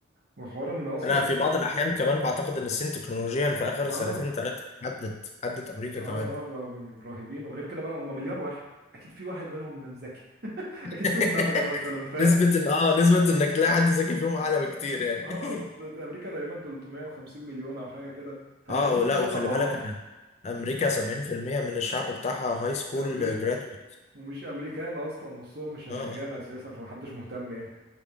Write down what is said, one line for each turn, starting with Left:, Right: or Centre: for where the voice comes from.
Right: وحوار ان اصلا
Left: انا في بعض الاحيان كمان بعتقد ان الصين تكنولوجيا في اخر
Right: اه
Left: سنتين ثلاثة عدت عدت امريكا
Right: اه
Left: كمان
Right: اه آه، رهيبين وغير كده بقى هم مليار واحد اكيد في واحد منهم ذكي <laughs> اكيد
Left: <laughs>
Right: فيهم نابغه مثلا فاهم
Left: نسبة ان اه نسبة انك تلاقي حد ذكي فيهم اعلى بكتير يعني
Right: اه
Left: <laughs>
Right: اصل امريكا تقريبا 350 مليون او حاجه كده فالتانيين
Left: اه ولا
Right: ثلاث
Left: وخلي
Right: اضعاف
Left: بالك ان امريكا 70% من الشعب بتاعها هاي سكول
Right: مش امريكا
Left: جرادويت
Right: ومش امريكان اصلا نصهم مش امريكان
Left: اه اه
Right: اساسا فمحدش مهتم يعني